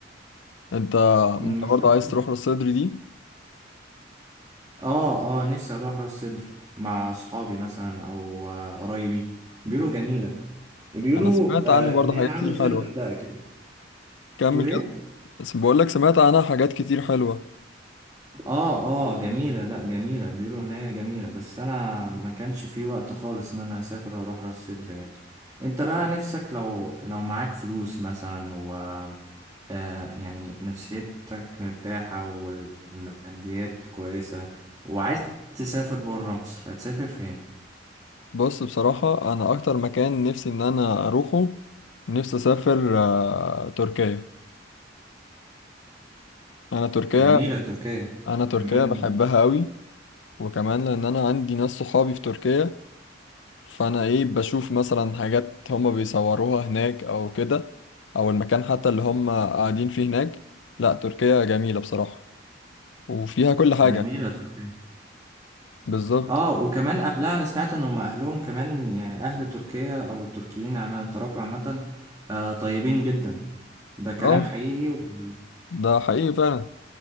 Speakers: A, on the left; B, on the right.
A: انت
B: مش
A: انت برضه
B: مشكلة
A: عايز تروح راس سدر دي
B: اه اه نفسي اروح راس سدر مع اصحابي مثلا او آه، قرايبي بيقولوا جميله بيقولوا
A: انا سمعت
B: آه
A: عنها برضه
B: ان هي
A: حاجات
B: عامله
A: كتير
B: زي
A: حلوة
B: الغردقه كده
A: كمل
B: تقول ايه
A: كده بس بقول لك سمعت عنها حاجات كتير حلوة
B: اه اه جميله لا جميله بيقولوا ان هي جميله بس انا ما كانش في وقت خالص ان انا اسافر واروح راس سدر يعني انت بقى نفسك لو لو معاك فلوس مثلا و آه يعني نفسيتك مرتاحه والماديات كويسه وعايز تسافر بره مصر هتسافر فين
A: بص بصراحة انا اكتر مكان نفسي ان انا اروحه نفسي اسافر آه، تركيا انا تركيا
B: جميلة تركيا
A: انا
B: وكمان
A: تركيا بحبها قوي وكمان لان انا عندي ناس صحابي في تركيا فانا ايه بشوف مثلا حاجات هما بيصوروها هناك او كده او المكان حتى اللي هما قاعدين فيه هناك لا تركيا جميلة بصراحة وفيها كل حاجة
B: جميلة تركيا
A: بالظبط
B: اه وكمان اهلها انا سمعت ان هم اهلهم كمان يعني اهل تركيا او التركيين عامة التراكو عامة آه طيبين جدا ده كلام
A: اه
B: حقيقي ولا
A: ده حقيقي فعلا